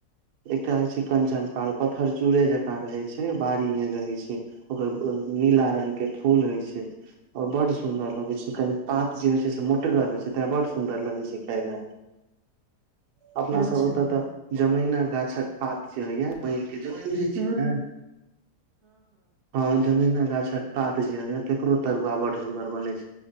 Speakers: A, on the right (about 85°); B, on the right (about 65°).
A: एकटा होइ छै कंचन पाार पत्थर चूड़े जकाँ रहै छै बाड़ी मे रहै छै ओकर नीला रंग के फूल होइ छै और बड सुदर लगे छै कनि पात जे होय छै से मोटगर होय छै तें बड सुदर लगे छै खााय में
B: हम
A: अपना
B: अच्छा
A: सब ओतऽ तऽ जमैना गाछक पात जे होइया पानी के जमीन गरै छी
B: हूं
A: ने हँ जमीना गाछक पात जे हो या तकरो तरुआ बड सुदर बने छै